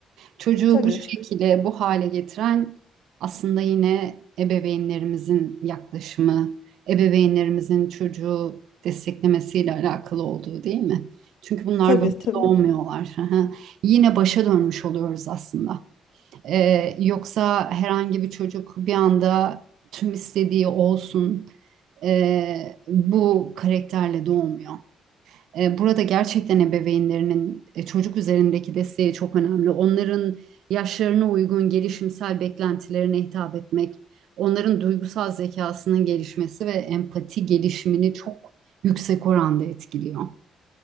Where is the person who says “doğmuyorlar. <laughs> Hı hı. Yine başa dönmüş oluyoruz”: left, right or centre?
Right